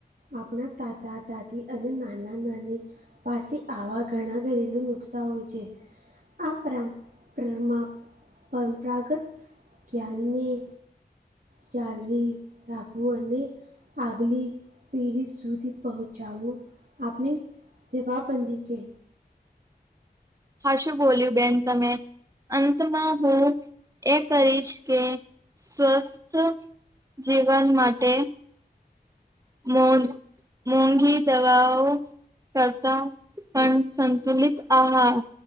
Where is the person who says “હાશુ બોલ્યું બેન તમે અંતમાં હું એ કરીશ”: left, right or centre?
Right